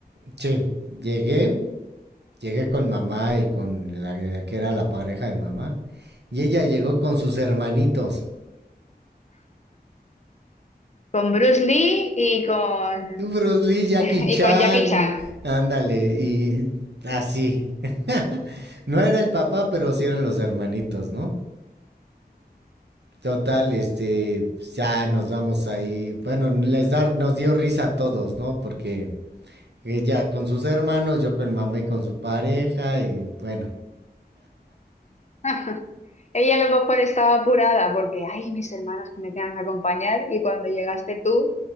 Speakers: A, on the right (about 85°); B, on the left (about 40°).
A: sí, llegué, llegué con mamá y con la, la que era la pareja de mamá. Y ella llegó con sus hermanitos.
B: con Bruce Lee y con,
A: Bruce Lee, Jackie
B: <laughs> y
A: Chan,
B: con Jackie Chan.
A: ándale, y así. <laughs> no era el papá, pero sí eran los hermanitos, ¿no? Total, este, ya nos vamos ahí. Bueno, les dar, nos dio risa a todos, ¿no? Porque ella con sus hermanos, yo con mi mamá y con su pareja, y bueno,
B: <laughs> Ajá. Ella a lo mejor estaba apurada porque, ay, mis hermanos que me tengan que acompañar y cuando llegaste tú,